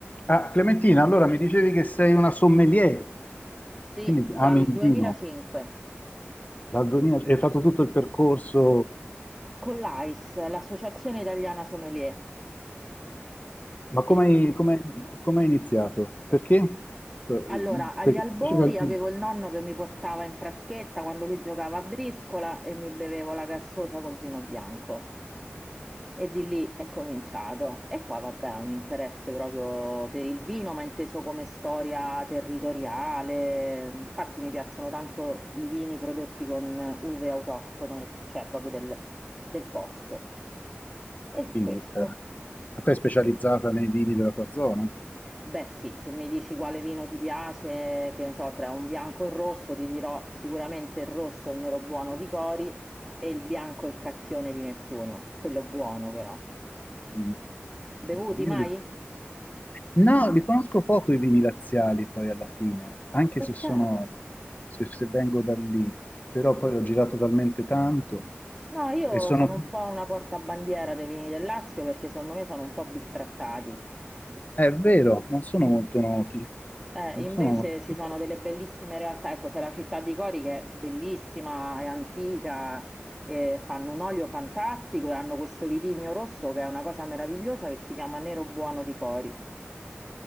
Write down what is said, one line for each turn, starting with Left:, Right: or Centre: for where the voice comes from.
Left: Ah, Clementina, allora mi dicevi che sei una sommelier,
Centre: Sì,
Left: quindi ami
Centre: dal
Left: il
Centre: 2005
Left: vino, dal 2000, hai fatto tutto il percorso,
Centre: con l'AIS, l'Associazione Italiana Sommelier.
Left: ma come
Centre: Sì.
Left: hai, come hai- come hai iniziato? Perché? Per-
Centre: Allora, agli
Left: Perché
Centre: albori
Left: ti piaceva il
Centre: avevo
Left: vino,
Centre: il nonno che mi portava in fraschetta quando lui giocava a briscola e mi bevevo la gassosa col vino bianco. E di lì è cominciato. E poi, vabbè, un interesse proprio per il vino, ma inteso come storia territoriale. Infatti, mi piacciono tanto i vini prodotti con uve autoctone, cioè proprio del del posto. E
Left: quindi
Centre: questo.
Left: eh, ma sei specializzata nei vini della tua zona?
Centre: Beh, sì, se mi dici quale vino ti piace, che ne so, tra un bianco e un rosso, ti dirò sicuramente il rosso, il nero buono di Cori e il bianco, il cacchione di Nettuno, quello buono però.
Left: Mm.
Centre: Bevuti
Left: Io
Centre: mai?
Left: li, no, li conosco poco i vini laziali poi alla fine, anche
Centre: Peccato.
Left: se sono, se, se vengo da lì, però poi ho girato talmente tanto
Centre: No, io
Left: e sono...
Centre: sono un po' una portabandiera dei vini del Lazio perché secondo me sono un po' bistrattati.
Left: È vero, non sono molto noti.
Centre: Eh,
Left: Non
Centre: invece
Left: sono
Centre: ci
Left: molto-
Centre: sono delle bellissime realtà, ecco c'è la città di Cori che è bellissima, è antica, e fanno un olio fantastico e hanno questo vitigno rosso che è una cosa meravigliosa che si chiama Nero Buono di Cori.